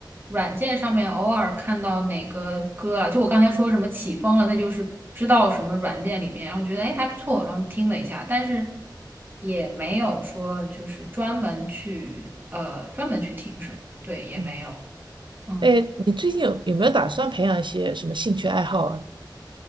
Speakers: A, on the right; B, on the right.
A: 软件上面偶尔看到哪个歌了，就我刚才说什么起风了，那就是知道什么软件里面，然后觉得哎还不错，然后听了一下，但是也没有说就是专门去呃专门去听什么，对，也没有。
B: 嗯，
A: 嗯，
B: 哎，你最近有有没有打算培养一些什么兴趣爱好啊？